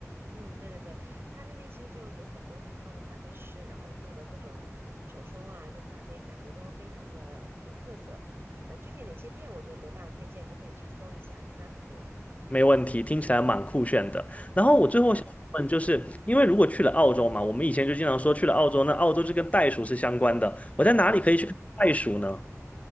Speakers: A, on the right (about 45°); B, on the left (about 25°).
A: 嗯，对对对，他那边其实就有很多很棒的咖啡师，然后做的各种手冲啊，这咖啡感觉都非常的有特色。呃，具体哪些店我就没办法推荐，你可以去搜一下，应该很多。
B: 没问题，听起来蛮酷炫的。然后我最后想问，
A: 嗯
B: 就是因为如果去了澳洲嘛，我们以前就经常说去了澳洲，那澳洲这跟袋鼠是相关的，我在哪里可以去看袋鼠呢？
A: 嗯。